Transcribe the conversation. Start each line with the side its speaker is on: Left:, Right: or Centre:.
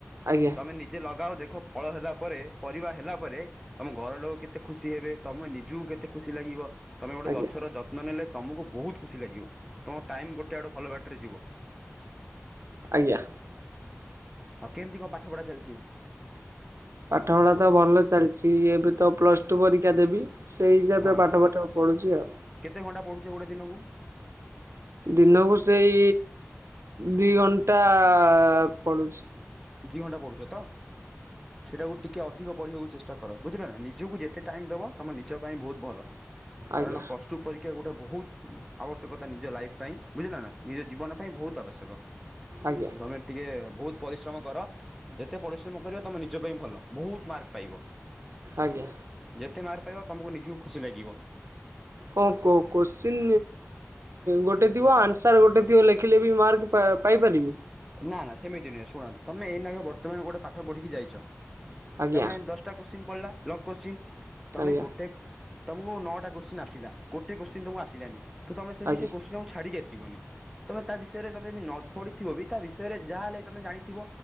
Right: ଆଜ୍ଞା।
Centre: ତମେ ନିଜେ ଲଗାଅ ଦେଖ ଫଳ ହେଲା ପରେ ପରିବା ହେଲା ପରେ ତମ ଘର ଲୋକ କେତେ ଖୁସି ହେବେ ତମେ ନିଜକୁ କେତେ ଖୁସି ଲାଗିବ। ତୁମେ ଗୋଟେ
Right: ଆଜ୍ଞା
Centre: ଗଛର ଯତ୍ନ ନେଲେ ତମକୁ ବହୁତ ଖୁସି ଲାଗିବ ତୁମ ଟାଇମ୍ ଗୋଟେ ଆଡ଼େ ଭଲ ବାଟରେ ଯିବ।
Right: ଆଜ୍ଞା।
Centre: ଆଉ କେମିତି କଣ ପାଠ ପଢା ଚାଲିଚି?
Right: ପାଠପଢ଼ା ତ ଭଲ ଚାଲିଛି ଏବେ ତ ପ୍ଲସ୍ ଟୁ ପରୀକ୍ଷା ଦେବି। ସେଇ ହିସାବରେ
Centre: ହଁ
Right: ପାଠ ଫାଠ ପଢୁଛି ଆଉ।
Centre: କେତେ ଘଣ୍ଟା ପଡୁଛ ଗୋଟେ ଦିନକୁ?
Right: ଦିନକୁ ସେଇ ଦି ଘଣ୍ଟା ପଡ଼ୁଛି।
Centre: ଦି ଘଣ୍ଟା ପଡୁଛ ତ ସେଟା ଗୋ ଟିକେ ଅଧିକ ପଢିବାକୁ ଚେଷ୍ଟା କର ବୁଝିଲ ନା ନିଜକୁ ଯେତେ ଟାଇମ ଦେବ ତମେ ନିଜ ପାଇଁ ବହୁତ ଭଲ। କାରଣ
Right: ଆଜ୍ଞା
Centre: ପ୍ଲସ ଟୁ ପରୀକ୍ଷା ଗୋଟେ ବହୁତ ଆବଶ୍ୟକତା ନିଜ ଲାଇଫ ପାଇଁ ବୁଝିଲ ନା ନିଜ ଜୀବନ ପାଇଁ ବହୁତ ଆବଶ୍ୟକ
Right: ଆଜ୍ଞା
Centre: ତମେ ଟିକେ ବହୁତ ପରିଶ୍ରମ କର ଯେତେ ପରିଶ୍ରମ କରିବ ତମ ନିଜ ପାଇଁ ଭଲ ବହୁତ ମାର୍କ ପାଇବ।
Right: ଆଜ୍ଞା।
Centre: ଯେତେ ମାର୍କ ପାଇବ ତମକୁ ନିଜକୁ ଖୁସି ଲାଗିବ।
Right: ହଁ କହୁ କୋଶ୍ଚିନ୍ ଗୋଟେ ଥିବ ଆନ୍ସର୍ ଗୋଟେ ଥିବ ଲେଖିଲେ ବି ମାର୍କ ପାଇ ପାଇପାରିବି?
Centre: ନା ନା ସେମିତି ନୁହେଁ ଶୁଣ ତମେ ଏଇ ନାଗେ ବର୍ତ୍ତମାନ ଗୋଟେ ପାଠ ପଢିକି ଯାଇଛ
Right: ଆଜ୍ଞା
Centre: ତମେ ଦଶ୍ ଷ୍ଟା କୋଶ୍ଚିନ୍ ପଡିଲା ଲଙ୍ଗ କୋଶ୍ଚିନ୍ ତମେ
Right: ଆଜ୍ଞା
Centre: ଗୋଟେ ତମକୁ ନଅଟା କୋଶ୍ଚିନ୍ ଆସିଲା ଗୋଟେ କୋଶ୍ଚିନ୍ ତମକୁ ଆସିଲାନି ତମେ ସେଠି
Right: ଆଜ୍ଞା
Centre: ସେ କୋଶ୍ଚିନ୍ ଟାକୁ ଛାଡିକି ଆସିବନି ତମେ ତା ବିଷୟରେ ତମେ ଯଦି ନ ପଢିଥିବ ବି ତା ବିଷୟରେ ଯାହା ହେଲେ ତମେ ଜାଣିଥିବ